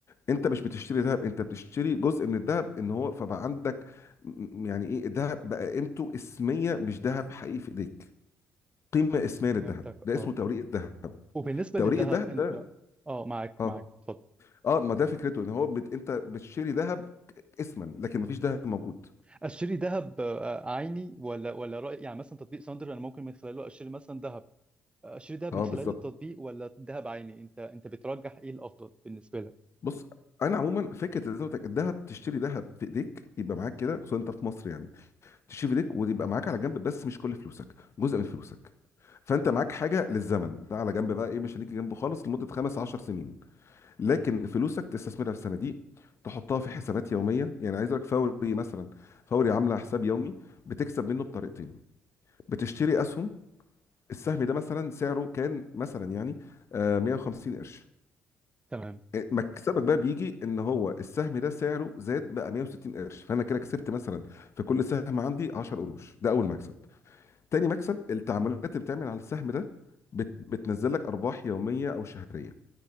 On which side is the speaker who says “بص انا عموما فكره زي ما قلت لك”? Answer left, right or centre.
Left